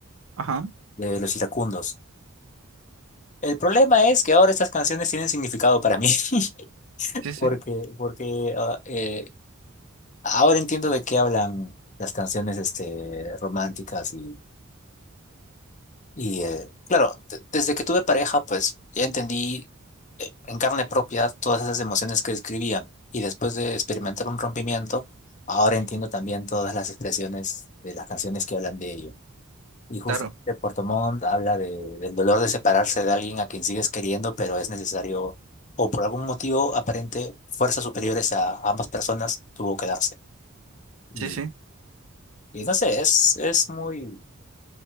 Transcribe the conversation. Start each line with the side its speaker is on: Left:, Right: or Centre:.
Right: Ajá,
Left: de Los Iracundos. El problema es que ahora estas canciones tienen significado para mí, <laughs>
Right: sí, sí,
Left: porque, porque ah, eh, Ahora entiendo de qué hablan las canciones este, románticas y, y eh, claro, de- desde que tuve pareja, pues ya entendí eh, en carne propia todas esas emociones que describían. Y después de experimentar un rompimiento, ahora entiendo también todas las expresiones de las canciones que hablan de ello. Y justamente
Right: claro,
Left: Puerto Montt habla de, del dolor de separarse de alguien a quien sigues queriendo, pero es necesario, o por algún motivo aparente, fuerzas superiores a ambas personas tuvo que darse. Y
Right: sí, sí,
Left: Y no sé, es, es muy,